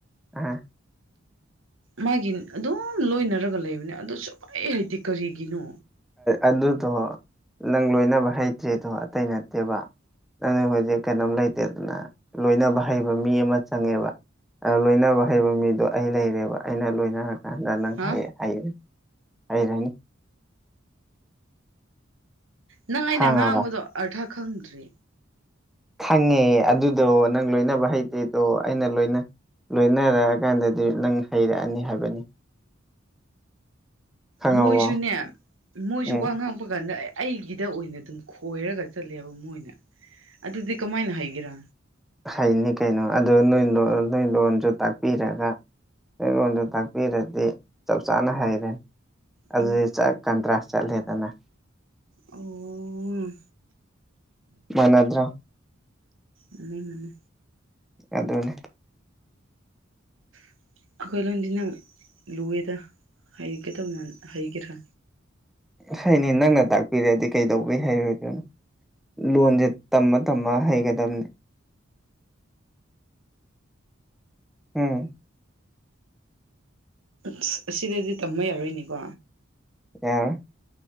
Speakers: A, in the centre; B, on the right (about 75°).
A: ꯑꯥ
B: ꯃꯥꯒꯤ ꯑꯗꯨꯝ ꯂꯣꯏꯅꯔꯒ ꯂꯩꯕꯅꯦ ꯑꯗꯨ ꯁꯨꯍꯩ ꯍꯩꯇꯦ ꯀꯔꯤꯒꯤꯅꯣ
A: ꯑꯗꯨꯗꯣ ꯅꯪ ꯂꯣꯏꯅꯕ ꯍꯩꯇ꯭ꯔꯤꯗꯣ ꯑꯇꯩ ꯅꯠꯇꯦꯕ ꯅꯪꯅ ꯍꯧꯖꯤꯛ ꯀꯩꯅꯣꯝ ꯂꯩꯇꯦꯗꯅ ꯂꯣꯏꯅꯕ ꯍꯩꯕ ꯃꯤ ꯑꯃ ꯆꯪꯉꯦꯕ ꯑ ꯂꯣꯏꯅꯕ ꯍꯩꯕ ꯃꯤꯗꯣ ꯑꯩ ꯂꯩꯔꯦꯕ ꯑꯩꯅ ꯂꯣꯏꯅ ꯑꯗ ꯅꯪ
B: ꯍꯥ
A: ꯍꯩ ꯍꯩ ꯍꯩꯔꯅꯤ
B: ꯅꯪ ꯑꯩꯅ
A: ꯈꯪꯉꯕ
B: ꯉꯥꯡꯕꯗꯣ ꯑꯥꯔꯊ ꯈꯪꯗ꯭ꯔꯦ
A: ꯈꯪꯉꯦ ꯑꯗꯨꯗꯣ ꯅꯪ ꯂꯣꯏꯅꯕ ꯍꯩꯇꯦꯗꯣ ꯑꯩꯅ ꯂꯣꯏꯅ ꯂꯣꯏꯅꯔꯑꯀꯥꯟꯗꯗꯤ ꯅꯪ ꯍꯩꯔꯛꯑꯅꯤ ꯍꯥꯏꯕꯅꯤ ꯈꯪꯉꯕꯣ
B: ꯃꯣꯏꯁꯨꯅꯦ ꯃꯣꯏꯁꯨ
A: ꯎꯝ
B: ꯋꯥ ꯉꯥꯡꯕ ꯀꯥꯟꯗ ꯑꯩꯒꯤꯗ ꯑꯣꯏꯅ ꯑꯗꯨꯝ ꯈꯣꯏꯔꯒ ꯆꯠꯂꯦꯕ ꯃꯣꯏꯅ ꯑꯗꯨꯗꯤ ꯀꯝꯃꯥꯏꯅ ꯍꯩꯒꯦꯔ
A: ꯍꯩꯅꯤ ꯀꯩꯅꯣ ꯑꯗꯨ ꯅꯣꯏ ꯂꯣꯟ ꯅꯣꯏ ꯂꯣꯟꯖꯨ ꯇꯥꯛꯄꯤꯔꯒ ꯑꯩꯉꯣꯟꯗ ꯇꯥꯛꯄꯤꯔꯗꯤ ꯆꯞ ꯆꯥꯅ ꯍꯩꯔꯅꯤ
B: ꯎꯝ
A: ꯑꯗꯨꯗꯤ ꯆꯛ ꯀꯟꯇ꯭ꯔꯥꯁ ꯆꯠꯂꯦꯗꯅ
B: ꯑꯣ
A: ꯃꯥꯟꯅꯗ꯭ꯔꯣ
B: ꯃꯥꯅꯦ ꯃꯥꯅꯦ
A: ꯑꯗꯨꯅꯦ
B: <unintelligible> ꯑꯈꯣꯏ ꯂꯣꯟꯗꯤ ꯅꯪ ꯂꯨꯏꯗ ꯍꯩꯒꯗꯧ ꯃꯥꯟ ꯍꯩꯒꯦꯔ
A: ꯍꯩꯅꯤ ꯅꯪꯅ ꯇꯥꯛꯄꯤꯔꯗꯤ ꯀꯩꯗꯧꯕꯩ ꯍꯩꯔꯣꯏꯗꯣꯏꯅꯣ ꯂꯣꯟꯗꯤ ꯇꯝꯃ ꯇꯝꯃ ꯍꯩꯒꯗꯞꯅꯦ ꯎꯝ
B: ꯑꯁ ꯑꯁꯤꯗꯗꯤ ꯇꯝꯕ ꯌꯥꯔꯣꯏꯅꯦꯀꯣ
A: ꯌꯥꯔꯣꯏ